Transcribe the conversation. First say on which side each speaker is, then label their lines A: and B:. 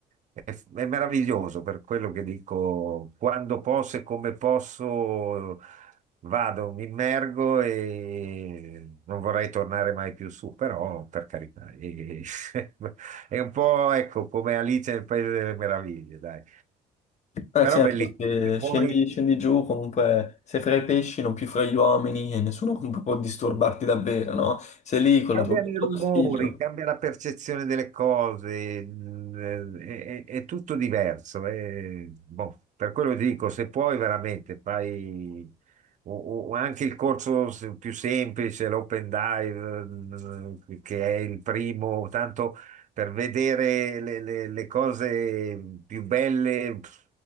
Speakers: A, on the right; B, on the left.
A: è, è- è meraviglioso per quello che dico, quando posso e come posso vado, mi immergo e non vorrei tornare mai più su, però per carità, eh, <laughs> È un po', ecco, come Alice nel Paese delle Meraviglie, dai.
B: Eh
A: Però
B: sì, anche
A: bellissimo.
B: perché
A: Se puoi,
B: scendi, scendi giù, comunque sei fra i pesci, non più fra gli uomini e nessuno comunque può disturbarti davvero, no? Sei lì con
A: Cambiano
B: la tua boccetta
A: i rumori,
B: d'ossigeno.
A: cambia la percezione delle cose, mh, è, è- è tutto diverso. è- boh, per quello dico, se puoi veramente fai o, o anche il corso s- più semplice, l'open dive, mh, che è il primo, tanto per vedere le, le- le cose più belle, pff,